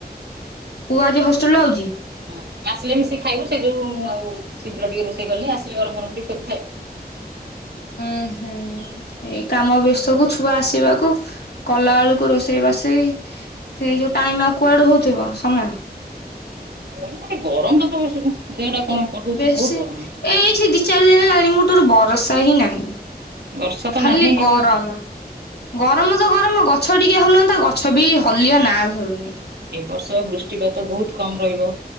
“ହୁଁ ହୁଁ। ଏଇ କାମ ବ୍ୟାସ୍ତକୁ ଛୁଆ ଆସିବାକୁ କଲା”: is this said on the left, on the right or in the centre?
Left